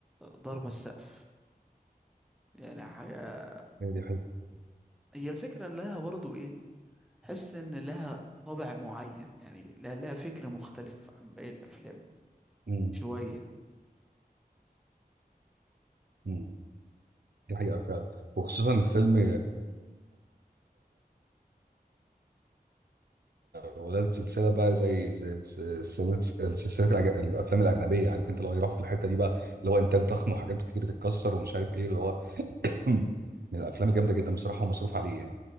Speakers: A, in the centre; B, on the right.
A: ضربة السقف يعني حاجة
B: هي دي حقيقة
A: هي الفكرة إن لها برضو ايه حس إن لها طابع معين يعني لا لها فكر مختلف عن باقي الأفلام
B: مم.
A: شوية
B: مم. دي حقيقة فعلا وخصوصا الفيلم ولاد سلسلة بقى زي زي سلسلة الأفلام الأجنبية عارف أنت لو يروح في الحتة دي بقى اللي هو إنتاج ضخم وحاجات كتير بتتكسر ومش عارف إيه اللي هو <clears throat> من الأفلام الجامدة جدا بصراحة ومصروف عليه يعني